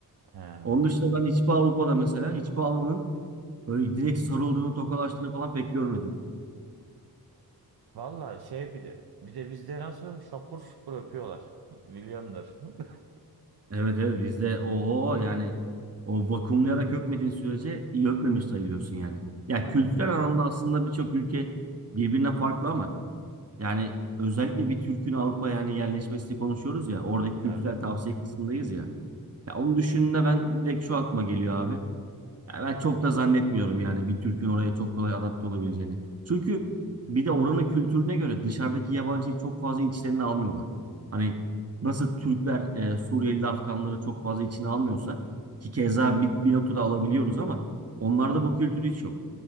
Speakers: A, on the right; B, on the right.
A: he.
B: Onun dışında ben hiçbir Avrupa'da mesela hiçbir Alman'ın böyle direkt sarıldığını, tokalaştığını falan pek görmedim.
A: Valla şey bir de bir de bizde nasıl şapur şupur öpüyorlar. Milyondur. <laughs>
B: Evet evet bizde oho yani o vakumlayarak öpmediğin sürece iyi öpmemiş sayılıyorsun yani. Ya
A: Aynen.
B: kültürel anlamda aslında birçok ülke birbirine farklı ama yani özellikle bir Türk'ün Avrupa'ya yani yerleşmesini konuşuyoruz ya oradaki kültürel
A: Evet.
B: tavsiye kısmındayız ya. Ya onu düşündüğümde ben direkt şu aklıma geliyor abi. Ya ben çok da zannetmiyorum yani bir Türk'ün oraya çok kolay adapte olabileceğini. Çünkü bir de oranın kültürüne göre dışarıdaki yabancıyı çok fazla içlerine almıyorlar. Hani nasıl Türkler e, Suriyeli Afganları çok fazla içine almıyorsa ki keza bir, bir noktada alabiliyoruz ama onlarda bu kültür hiç yok.